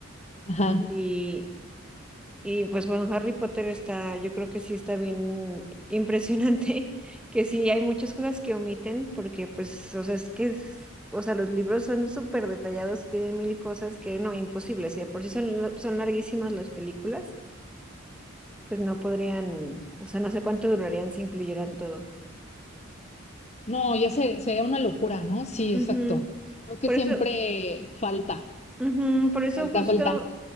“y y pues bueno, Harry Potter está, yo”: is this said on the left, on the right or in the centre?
Centre